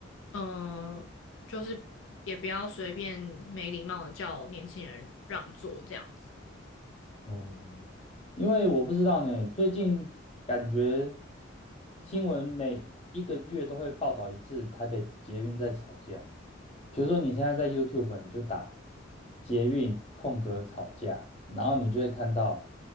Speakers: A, on the left (about 80°); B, on the left (about 35°).
A: 嗯、就是也不要随便没礼貌的叫年轻人让座这样子。
B: 哦，因为我不知道呢，最近感觉新闻每一个月都会报道一次台北捷运在吵架。比如说你现在在 YouTube，你就打捷运空格吵架，然后你就会看到